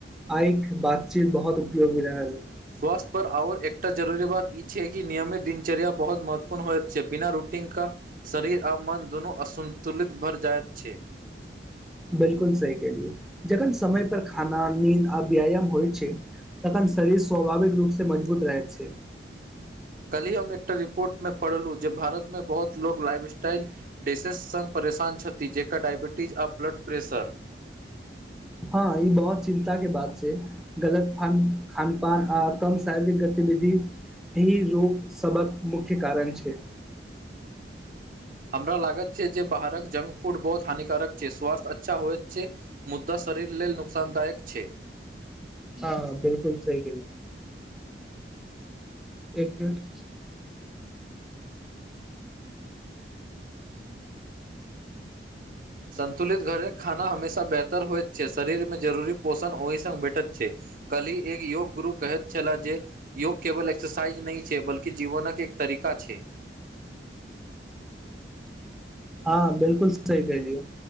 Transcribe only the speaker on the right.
स्वास्थ्य पर आओर एकटा जरूरी बात ई छै कि नियमित दिनचर्या बहुत महत्वपूर्ण होय छै बिना रूटीन शरीर आ मन दुनू असन्तुलित भर जायइत छै।
कलहि हम एकटा रिपोर्ट मे पढ़लहु जे भारत मे बहुत लोग लाइफ स्टाइल डसेस संघ परेशान छथि जकर डायबिटीज आ ब्लड प्रेशर
हमरा लागत छै जे बाहरक जक फूड बहुत हानिकारक छै। स्वास्थ्य अच्छा होय छै। मुद्दा शरीर लेलऽ नुकसानदायक छै
संन्तुलित घरे खाना हमेशा बेहतर होइत छै शरीर मे जरूरी पोषण ओहि स भेटैत छै। कल्हि एक योग गुरु कहैत छलाह जे योग केवल एक्सरसाइज नहि छै बल्की जीवनक एक तरीका छै।